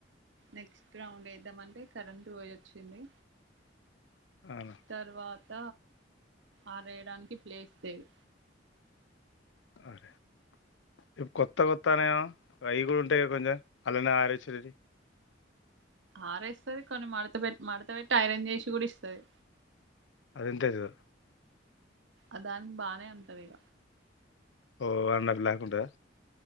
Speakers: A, on the right; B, on the left.
A: నెక్స్ట్ రౌండ్ ఏద్దామంటే కరెంట్ పోయి వచ్చింది
B: అవునా
A: తర్వాత ఆరేయడానికి ప్లేస్ లేదు
B: అరేయ్ ఇప్పు కొత్త కొత్తనాయేమో అవి కూడా ఉంటాయి కొంచెం అలానే అరెసేద్
A: అరెస్తది కొన్ని మడత పెట్ మడత పెట్టి ఐరన్ చేసి కూడా ఇస్తది
B: అదెంతజో
A: అదాన్ బానే ఉంటదిగ
B: ఓ అన్నకు లేకుంటదా